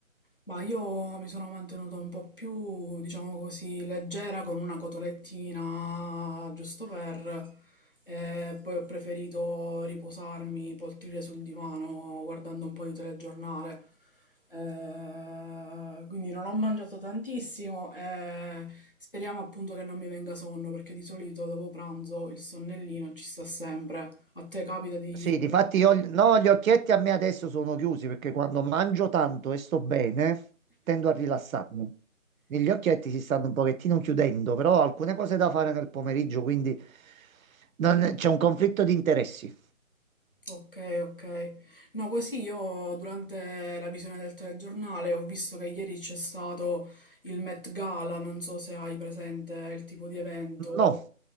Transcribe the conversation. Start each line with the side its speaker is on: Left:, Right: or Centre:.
Left: Ma io mi sono mantenuta un po' più, diciamo così, leggera con una cotolettina, giusto per... E poi ho preferito riposarmi, poltrire sul divano, guardando un po' di telegiornale. Eh, quindi non ho mangiato tantissimo e speriamo appunto che non mi venga sonno, perché di solito dopo pranzo il sonnellino ci sta sempre. A te capita di...
Right: Sì, difatti io, no, gli occhietti a me adesso sono chiusi perché quando mangio tanto e sto bene, tendo a rilassarmi. Gli occhietti si stanno un pochettino chiudendo, però ho alcune cose da fare nel pomeriggio, quindi non- c'è un conflitto di interessi.
Left: Ok, ok. No, così io durante la visione del telegiornale ho visto che ieri c'è stato il Met Gala, non so se hai presente il tipo di evento.
Right: No,